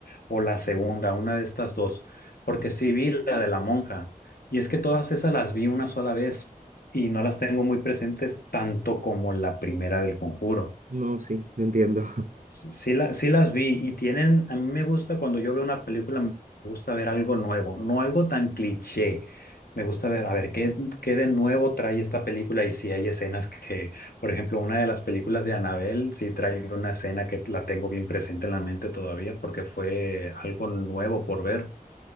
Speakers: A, on the left (about 80°); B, on the right (about 55°).
A: o la segunda, una de estas dos, porque sí vi la de la monja. Y es que todas esas las vi una sola vez y no las tengo muy presentes tanto como la primera del Conjuro.
B: No, sí, no entiendo.
A: Sí, sí la- sí las vi y tienen, a mí me gusta cuando yo veo una película, me gusta ver algo nuevo, no algo tan cliché. Me gusta ver, a ver, qué, qué de nuevo trae esta película y si hay escenas que, por ejemplo, una de las películas de Annabelle, sí trae una escena que la tengo bien presente en la mente todavía porque fue algo nuevo por ver,